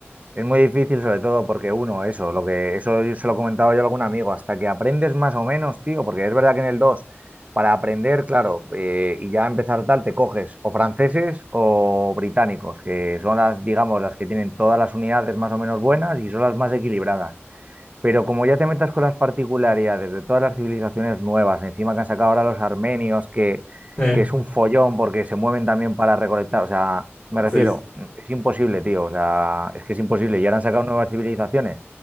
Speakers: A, on the right (about 30°); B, on the left (about 40°).
A: Es muy difícil, sobre todo porque uno, eso, lo que eso yo se lo comentaba yo a algún amigo, hasta que aprendes más o menos, tío, porque es verdad que en el 2 para aprender, claro, eh, y ya empezar tal, te coges o franceses o británicos, que son las, digamos, las que tienen todas las unidades más o menos buenas y son las más equilibradas. Pero como ya te metas con las particularidades de todas las civilizaciones nuevas, encima que han sacado ahora los armenios, que,
B: <laughs>
A: que es un follón porque se mueven también para recolectar, o sea, me refiero,
B: Sí, sí.
A: es imposible, tío, o sea, es que es imposible. Y ahora han sacado nuevas civilizaciones